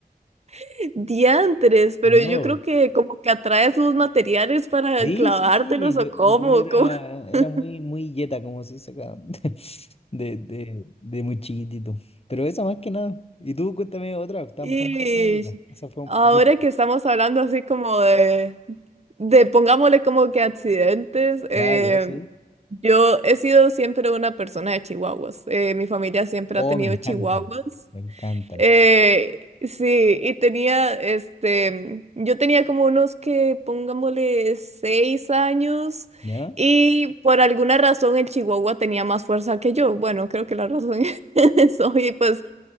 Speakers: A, on the right (about 45°); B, on the left (about 40°).
A: <laughs> diantres, pero
B: No.
A: yo creo que como que atraes los materiales para
B: Sí,
A: clavártelos
B: sí, sí. Yo,
A: o cómo,
B: yo era,
A: cómo.
B: era
A: <laughs>
B: muy, muy yeta, como se dice acá. <laughs> De, de, de muy chiquitito. Pero esa más que nada. Y tú cuéntame otra. Está,
A: Y
B: está buena tu anécdota. Esa fue,
A: ahora
B: fue muy...
A: que estamos hablando así como de, de pongámosle como que accidentes, eh,
B: Ya, ya, sí.
A: yo he sido siempre una persona de chihuahuas. Eh, mi familia siempre
B: Oh,
A: ha tenido
B: me encantan,
A: chihuahuas.
B: me encantan.
A: Eh, sí, y tenía, este, yo tenía como unos que pongámosle seis años
B: ¿Ya?
A: y por alguna razón el chihuahua tenía más fuerza que yo. Bueno, creo que la razón <laughs> es eso y pues...